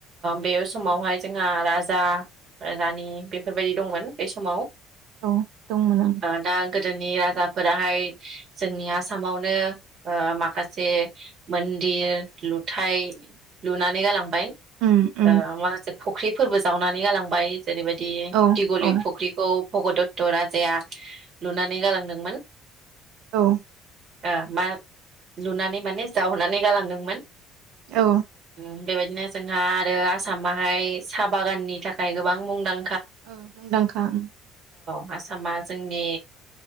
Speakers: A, on the right (about 55°); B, on the right (about 70°).
A: बे समावहाय
B: ओं
A: जोंहा राजा रानि बेफोरबायदि दंमोन बे समाव
B: औ दंमोन
A: ओ दा गोदोनि राजाफोराहाय जोंनि आसामावनो ओ माखासे मन्दिर लुथाय लुनानै गालां बाय ओ
B: उम उम
A: आं माखासे फुख्रिफोरबो जावनानै गालांबाय जेरैबायदि
B: औ
A: दिगलि
B: औ
A: फुख्रिखौ भगदत्त राजाया लुनानै गालांदोंमोन
B: औ
A: ओ मा लुनानै माने जाहोननानै गालांदोंमोन।
B: औ
A: उम बेबायदिनो जोंहा आरो आसामा साहा बागाननि थाखाय गोबां मुंदां
B: औ मुंदांखां
A: आसाम जों बे